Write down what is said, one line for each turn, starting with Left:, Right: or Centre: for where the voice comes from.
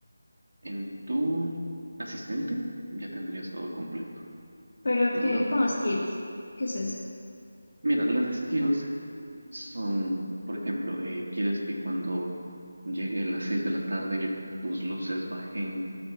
Right: en tu asistente, ya tendrías todo completo.
Left: Pero
Right: Y
Left: qué
Right: lo-
Left: como skills. ¿Qué es eso?
Right: mira, las skills son, por ejemplo, eh, quieres que cuando llegue las 6 de la tarde tus luces bajen